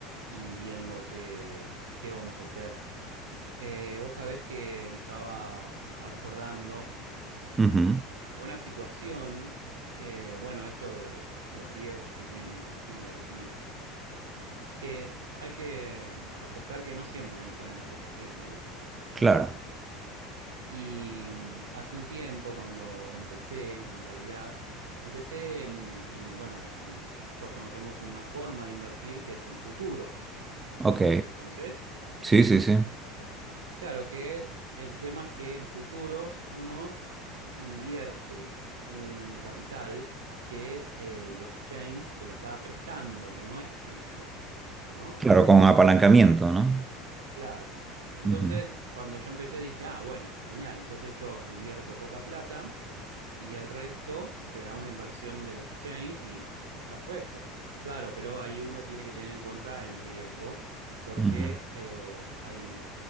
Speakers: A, on the right; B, on the right.
A: y viendo qué, qué vamos a hacer. Eh, vos sabés que me estaba mm, acordando
B: Ujú,
A: de una situación, eh, bueno, esto de los riesgos que tiene invertir, que hay que aceptar que no siempre nos salen las cosas bien, ¿no?
B: claro.
A: Y mm, hace un tiempo, cuando empecé, en realidad, empecé en, en, bueno, en, todos conocemos una forma de invertir que es en futuros.
B: Ok,
A: ¿Conoces?
B: sí, sí, sí.
A: Claro que el tema es que en futuros uno invierte un capital que el exchange te lo está prestando, que no es tuyo, ¿no?
B: Claro, con apalancamiento, no
A: Claro. Entonces,
B: Ujú,
A: cuando yo empecé dije, ah, bueno, genial, entonces yo invierto poca plata y el resto será una inversión del exchange y perfecto. Claro, pero ahí uno tiene que tener en cuenta el riesgo porque
B: ujú.
A: eh, hay